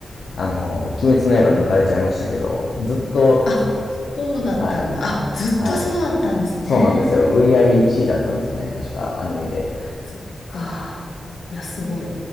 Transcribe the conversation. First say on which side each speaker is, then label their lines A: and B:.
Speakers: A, on the left; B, on the left.
A: あの、鬼滅の刃抜かれちゃいましたけど、ずっと、
B: あ、そうだったんだ。
A: はい。
B: あ、ずっとそうだったんですね。
A: はい。そうなんですよ。売り上げ1位だったんですよね。確かアニメで。
B: そっか。いや、すごい。